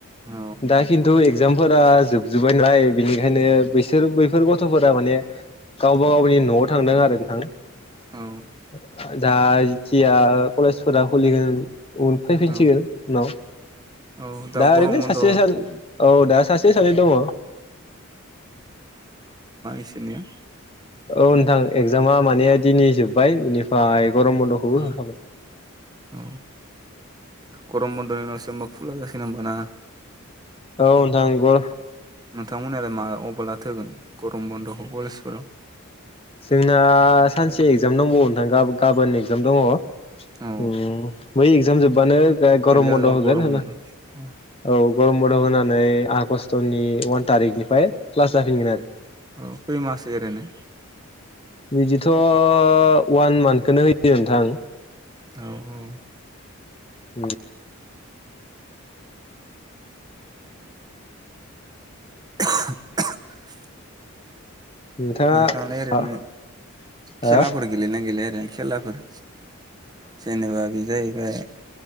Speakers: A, on the right; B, on the left.
A: औ
B: दा किनतु एक्जाम फोरा जोबजोब्बाय नालाय बिनिखायनो बैसोर बैफोर गथ'फोरा माने गावबा
A: औ
B: गावनि न'आव थांदों आरो नोंथां।
A: औ
B: जा जिथिया कलेजफोरा खुलिगोन उन फैफिनसिगोन
A: औ
B: उनाव।
A: औ
B: दा
A: गरम
B: ओरैनो
A: बन्द'
B: सासे
A: औ
B: सानै औ दा सासे सानै दङ
A: बिसोरनिया।
B: औ नोंथां एक्जामा माने दिनै जोब्बाय बिनिफ्राय गरम बन्द'खौबो
A: औ
B: होखाबाय।
A: औ गरम बन्द'नि उनावसो होमबा खुला जासिगोन होनबाना?
B: औ नोथां नंगौ।
A: नोंथांमोनालाय माब्लाथो होगोन गरम बन्द'खौ कलेजफोराव?
B: जोंना सानसे एक्जाम दंबावो नोंथां गाबोन एगजाम दङ। ओम
A: औ
B: बै एगजाम जोब बानो गरम
A: एगजाम
B: बन्द'
A: जाबा
B: होगोन
A: गरम
B: होना,
A: बन्द' औ
B: औ गरम मन्द' होना नै आगष्टनि अवान थारिखनिफ्राय क्लास जाफिनगोन आरो।
A: औ खै मास एरैनो?
B: बिदिथ' वान मानखौनो होयो होयो नोंथां,
A: औ औ
B: उम
A: <unintelligible>
B: नोंथाङा
A: नोंथाङालाय ओरैनो
B: हो
A: खेलाफोर
B: आं
A: गेलेनो गैलाय ओरैनो खेलाफोर जेनेबा बे जाहैबाय